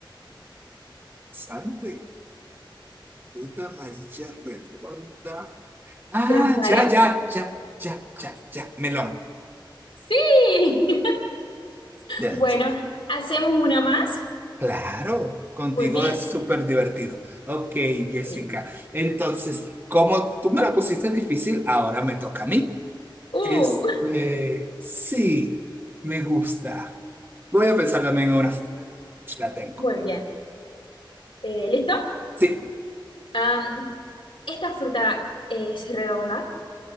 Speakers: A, on the right; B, on the left.
A: sante, fruta amarilla redonda. Ah,
B: transparente.
A: ya, ya, ya, ya, ya, ya. Melón.
B: Sí. <laughs>
A: Ya,
B: Bueno,
A: ya.
B: hacemos una más.
A: Claro, contigo
B: Muy bien.
A: es súper divertido. Ok, Jessica.
B: Sí.
A: Entonces, como tú me la pusiste difícil, ahora me toca a mí.
B: Uh,
A: Este, sí, me gusta. Voy a pensar también en una fruta. La tengo.
B: muy bien. Eh, ¿listo?
A: Sí.
B: Am, ¿esta fruta es redonda?